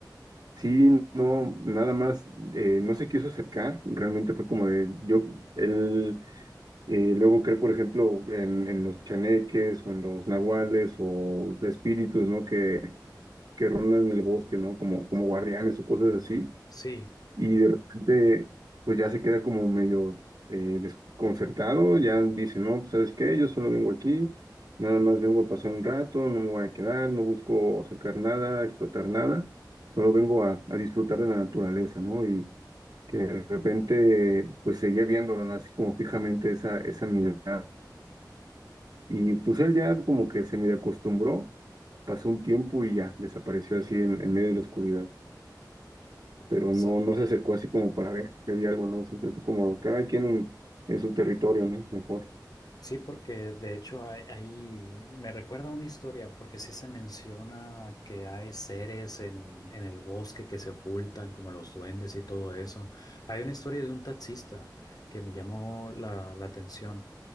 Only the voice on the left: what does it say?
Sí,
sa-
sí, porque de hecho ahí ahí me recuerda una historia, porque sí se menciona que hay seres en, en el bosque que se ocultan, como los duendes y todo eso. Hay una historia de un taxista que me llamó la la atención